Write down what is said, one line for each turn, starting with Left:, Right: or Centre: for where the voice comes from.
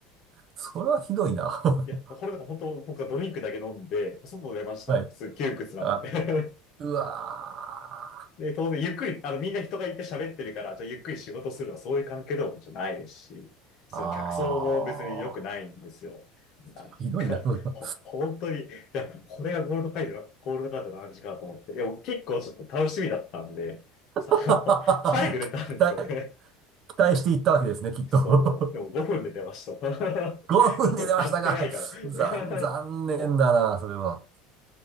Right: それはひどいな。<laughs>
Left: いや、これなんか本当僕はドリンクだけ飲んで、外出ましたの。
Right: はい。
Left: すっげえ窮屈なんで。
Right: あ、うわ
Left: <laughs> で、当然ゆっくり、あのみんな人がいて喋ってるから、じゃあゆっくり仕事するのはそういう関係でもじゃないですし、その客層も別に良くないんですよ。
Right: ー。あー。
Left: なんか、
Right: ひどいな、それは
Left: ほ、本当に、いや、これがゴールドカード、ゴールドカードの話かと思って。いや、僕結構ちょっと楽しみだったんで、さ、
Right: <laughs>
Left: <laughs> あの、早く出たんですよね。
Right: 期待、期待していったわけですね、きっと。
Left: そう、もう、でも5分で出ました。<laughs>
Right: <laughs> 5分で出ましたが、
Left: 5分経ってないから。
Right: 残、残念だな、
Left: <laughs> そ
Right: それは。